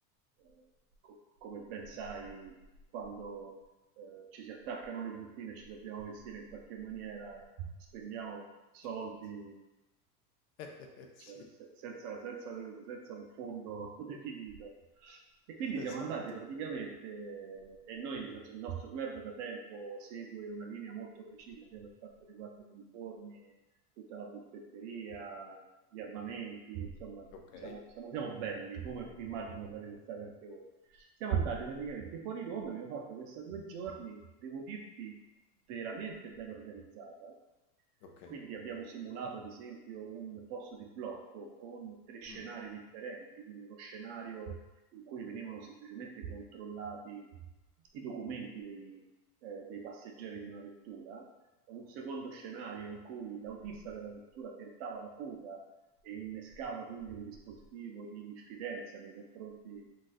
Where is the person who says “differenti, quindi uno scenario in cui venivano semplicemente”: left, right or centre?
Right